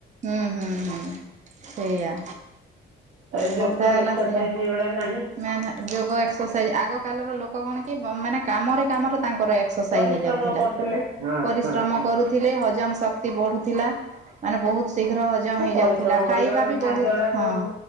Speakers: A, on the right (about 35°); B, on the right (about 80°).
A: ହୁଁ ହୁଁ ହୁଁ ସେଇଆ
B: ତାପରେ ଯୋଗ
A: କଥା ହେଲା
B: ଏକ୍ସରସାଇଜ
A: ସେୟା
B: ଏଗୁଡା ନାହିଁ
A: ନା ନା ଯୋଗ ଏକ୍ସରସାଇଜ୍ ଆଗ କାର ଲୋକ କଣ କି ମାନେ କାମରେ କାମରେ ତାଙ୍କର ଏକ୍ସରସାଇଜ୍
B: ପରିଶ୍ରମ
A: ହେଇଯାଉଥିଲା
B: କରୁଥିଲେ ହଁ
A: ପରିଶ୍ରମ
B: ହଁ ହଁ
A: କରୁ ଥିଲେ ହଜମ ଶକ୍ତି ବଢୁଥିଲା ମାନେ ବହୁତ ଶୀଘ୍ର ହଜମ ହଜମ
B: ଆଉ
A: ହେଇଯାଉଥିଲା
B: ପରିଶ୍ରମ
A: ଖାଇବା
B: କଲେ
A: ବି
B: ଖାଦ୍ୟ
A: ବହୁତ
B: ଗୁଡା
A: ହଁ
B: ସବୁ